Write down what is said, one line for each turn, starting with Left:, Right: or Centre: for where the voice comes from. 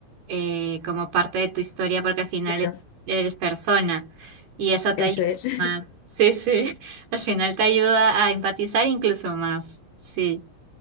Right: eh, como parte de tu historia, porque al final
Left: Claro,
Right: es- eres persona y eso te
Left: eso
Right: ayuda
Left: es.
Right: más.
Left: <laughs>
Right: Sí, sí. Al final te ayuda a empatizar incluso más. Sí.